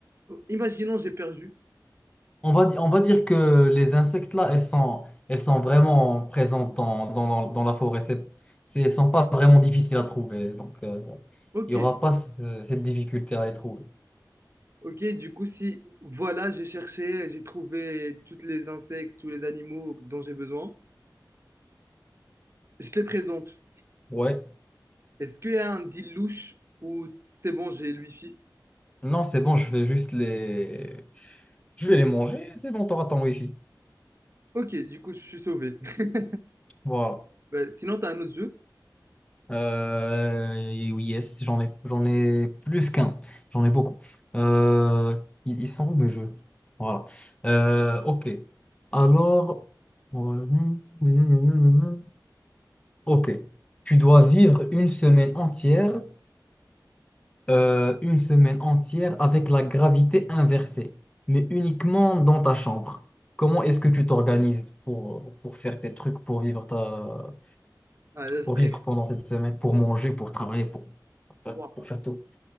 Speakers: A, on the right; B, on the left.
A: imaginons j'ai perdu.
B: On va, di- on va dire que les insectes là, elles sont, elles sont vraiment présentes dans, dans, dans la forêt. C'est, c'est- elles sont pas vraiment difficiles à trouver, donc. euh,
A: Ok,
B: il n'y aura pas ce- cette difficulté à les trouver.
A: ok, du coup, si voilà, j'ai cherché, j'ai trouvé tous les insectes, tous les animaux dont j'ai besoin, je te les présente.
B: Ouais.
A: Est-ce qu'il y a un deal louche ou c'est bon, j'ai le wifi?
B: Non, c'est bon, je vais juste les... Je vais les manger, c'est bon, t'auras ton wifi.
A: Ok, du coup, je suis sauvé. <laughs>
B: Voilà.
A: Bah, sinon, t'as un autre jeu?
B: Euh, et oui, yes, j'en ai, j'en ai plus qu'un. J'en ai beaucoup. Euh, ils, ils sont où mes jeux? Voilà. Euh, ok. Alors... on va- Ok. Tu dois vivre une semaine entière euh, une semaine entière avec la gravité inversée, mais uniquement dans ta chambre. Comment est-ce que tu t'organises pour, pour faire tes trucs, pour vivre ta,
A: Ah, là, ce
B: pour
A: serait-
B: vivre pendant cette semaine, pour manger, pour travailler, pour,
A: Ouah,
B: enfin, pour faire tout? <laughs>